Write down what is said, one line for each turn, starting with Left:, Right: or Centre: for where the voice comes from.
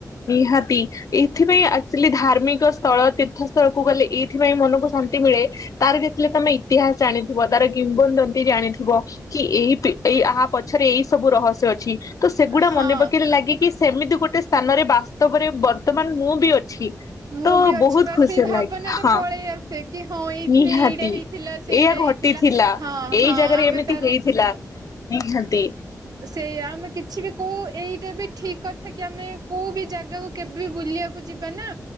Left: ନିହାତି ଏଇଥିପାଇଁ ଆକ୍ଚୁଆଲି ଧାର୍ମିକ ସ୍ଥଳ ତୀର୍ଥସ୍ଥଳକୁ ଗଲେ ଏଇଥିପାଇଁ ମନକୁ ଶାନ୍ତି ମିଳେ ତାର ଯେତେଳେ ତମେ ଇତିହାସ ଜାଣିଥିବ ତାର କିମ୍ବଦନ୍ତୀ ଜାଣିଥିବ। କି ଏଇ ଏଇ ଆ ପଛରେ ଏଇ ସବୁ ରହସ୍ୟ ଅଛି। ତ ସେଗୁଡା
Right: ହଁ
Left: ମନେ ପକେଇଲେ ଲାଗେ କି ସେମିତି ଗୋଟେ ସ୍ଥାନରେ ବାସ୍ତବରେ ବର୍ତ୍ତମାନ ମୁଁ ବି ଅଛି।
Right: ମୁଁ
Left: ତ
Right: ବି ଅଛି
Left: ବହୁତ
Right: ବା
Left: ଖୁସି
Right: ସେଇ ଭାବନା
Left: ଲାଗେ
Right: ଟା
Left: ହଁ
Right: ପଳେଇ ଆସେ କି ହଁ ଏଇଥିରେ
Left: ନିହାତି।
Right: ଏଇଟା ହେଇଥିଲା ସେଇଟା
Left: ଏଇଆ
Right: ହେଇଥିଲା
Left: ଘଟିଥିଲା,
Right: ହଁ
Left: ଏଇ
Right: ହଁ
Left: ଜାଗାରେ
Right: ଆମେ
Left: ଏମିତି
Right: ତାର
Left: ହେଇଥିଲା ନିହାନ୍ତି।
Right: ସେ ଆମେ କିଛି ବି କୋଉ ଏଇଟା ବି ଠିକ କଥା କି ଆମେ କୋଉ ବି ଜାଗାକୁ କେବେ ବି ବୁଲିବାକୁ ଯିବା ନା